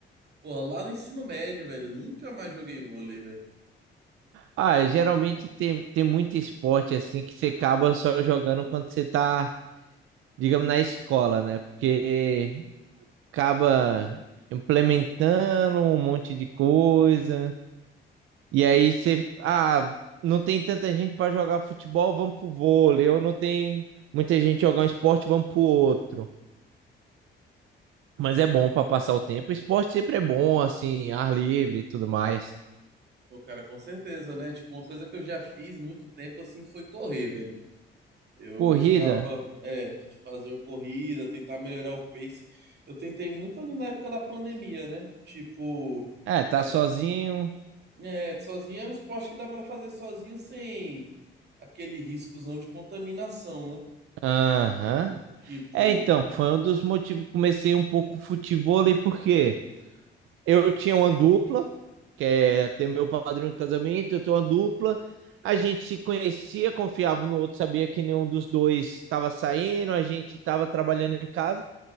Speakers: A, on the right; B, on the right.
A: Pô, lá no ensino médio, velho. Eu Nunca mais joguei vôlei, velho.
B: Ah, geralmente tem, tem muito esporte assim que você acaba só jogando quando você tá, digamos, na escola, né? Porque acaba implementando um monte de coisa. E aí você, ah, não tem tanta gente para jogar futebol, vamos pro vôlei, ou não tem muita gente jogar um esporte, vamos pro outro. Mas é bom para passar o tempo. Esporte sempre é bom, assim, ar livre e tudo mais.
A: Pô, cara, com certeza, né? Tipo, uma coisa que eu já fiz muito tempo assim foi correr, velho. Eu
B: Corrida,
A: gostava, é, de fazer uma corrida, tentar melhorar o pace. Eu tentei muito ali na época da pandemia, né? Tipo.
B: é, tá
A: é,
B: sozinho.
A: É, sozinho é um esporte que dá pra fazer sozinho sem aquele riscozão de contaminação, né?
B: Aham.
A: Tipo,
B: É, então, foi um dos motivos que comecei um pouco futevôlei, porque eu tinha uma dupla, que é ter meu padrinho no casamento, eu tenho uma dupla. A gente se conhecia, confiava no outro, sabia que nenhum dos dois estava saindo, a gente estava trabalhando em casa